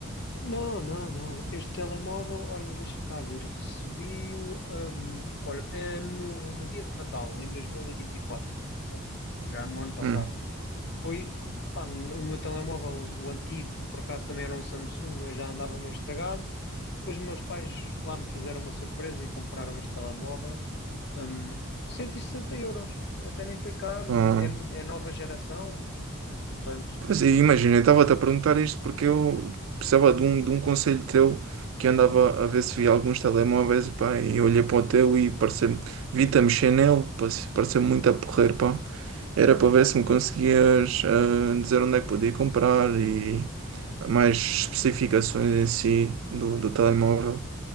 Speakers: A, on the left; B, on the right.
A: Não, não, não. Este telemóvel, olha, deixa cá ver. Recebi-o, hum, olha, é no, no dia de Natal, em 2024. Já no ano passado.
B: Hum,
A: foi, pá, o meu telemóvel, o antigo, por acaso também era um Samsung, eu já andava meio estragado. Depois meus pais lá me fizeram uma surpresa e compraram este telemóvel. Hum, 160 euros, até nem foi caro,
B: pá.
A: e é, é nova geração, eh, portanto,
B: Pois é, imagina,
A: não,
B: eu
A: é,
B: estava-te
A: não,
B: a perguntar isto porque eu precisava de um, de um conselho teu que andava a ver se via alguns telemóveis, pá, e olhei para o teu e parece, vi-te a mexer nele, parece, parece muito a porrer, pá. Era para ver se me conseguias ah, dizer onde é que podia comprar e mais especificações em si do, do telemóvel.